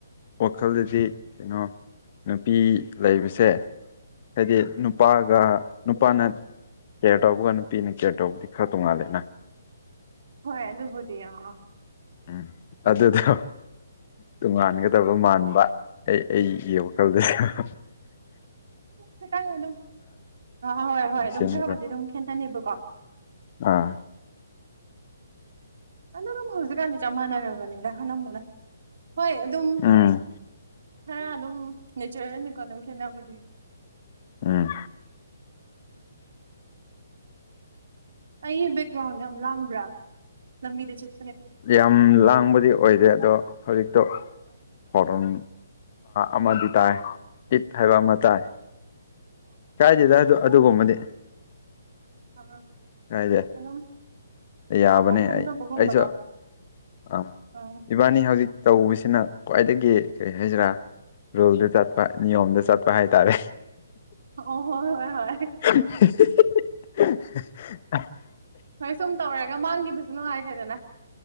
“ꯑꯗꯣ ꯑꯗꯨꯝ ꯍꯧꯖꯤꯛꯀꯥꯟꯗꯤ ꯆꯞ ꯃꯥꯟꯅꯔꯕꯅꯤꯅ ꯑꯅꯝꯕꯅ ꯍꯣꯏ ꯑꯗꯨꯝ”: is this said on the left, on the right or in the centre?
Right